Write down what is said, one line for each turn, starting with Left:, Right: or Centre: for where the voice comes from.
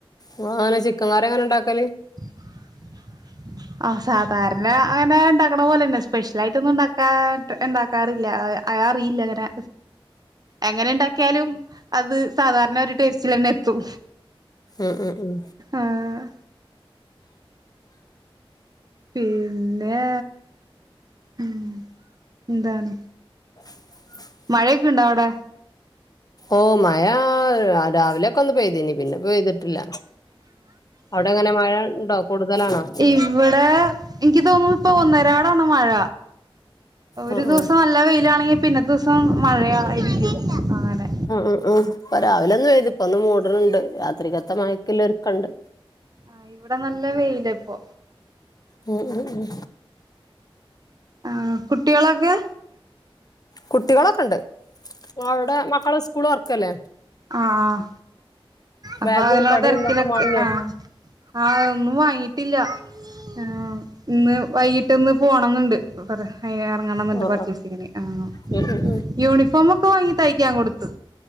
Left: ഇങ്ങളെങ്ങനെ ചിക്കൻ കറി എങ്ങനെ ണ്ടാക്കല്?
Right: <unintelligible> ആഹ് സാധാര്ണ അങ്ങനെ ഇണ്ടാക്കണ പോലെന്നെ സ്പെഷ്യലായിട്ടൊന്നുണ്ടാക്കാ ട്ട് ഇണ്ടാക്കാറില്ല. <unintelligible> അത് അറിയില്ലങ്ങ രാ എങ്ങനെ ണ്ടാക്ക്യാലും അത് സാധാരണൊരു ടേസ്റ്റിലെന്നെത്തും.
Left: ഉം ഉം ഉം
Right: ആഹ് പിന്നെ ഉം എന്താണ്
Left: <unintelligible>
Right: മഴൊക്കെണ്ടാ വടെ?
Left: ഓഹ് മഴാ രാ രാവിലെ ക്കൊന്ന് പെയ്തീനി പിന്നെ പെയ്തിട്ടില്ല അവടെ ങ്ങനെ മഴ ണ്ടോ കൂടുതലാണോ?
Right: ഇവ്ടെ ഇൻക്ക് തോന്നുന്നു ഇപ്പൊ ഒന്നരാടാണ് മഴ ഒരു
Left: ഉം
Right: ദിവസം
Left: ഉം
Right: നല്ല വെയിലാണെങ്കി പിന്നത്തെ ദിവസം മഴയായിരിക്കും. അങ്ങനെ
Left: ഉം ഉം ഉം ഇപ്പ രാവിലന്ന് പെയ്തു ഇപ്പൊന്ന് മൂട്ണ് ണ്ട് രാത്രികത്ത മയക്ക്ള്ള ഒരുക്കണ്ട്.
Right: ആഹ് ഇവിടെ നല്ല വെയിലപ്പൊ
Left: ഉം ഉം ഉം
Right: ആഹ് കുട്ടികളൊക്കെ
Left: കുട്ടികളൊക്കണ്ട് ഇങ്ങള്ടെ മക്കളെ സ്കൂള് തൊറക്കല്ലേ.
Right: ആഹ് അപ്പൊ
Left: ബാഗും
Right: അതിനുള്ള
Left: കൊടയും
Right: തെര്ക്കിലൊക്കെ
Left: ഒക്കെ വാങ്ങിയോ
Right: ആഹ് ആഹ് ഒന്നും വാങ്ങീട്ടില്ല ആഹ് ഇന്ന് വൈകിട്ട് ഒന്ന് പോണം ന്ന്ണ്ട്. നോക്കട്ടെ എറ്ങ്ങണം ന്ന്ണ്ട്
Left: ആഹ്
Right: പർച്ചേസിങ്ങിന് ആഹ്
Left: ഉം ഉം ഉം
Right: യൂണിഫോമൊക്കെ വാങ്ങി തയ്ക്കാൻ കൊട്ത്തു.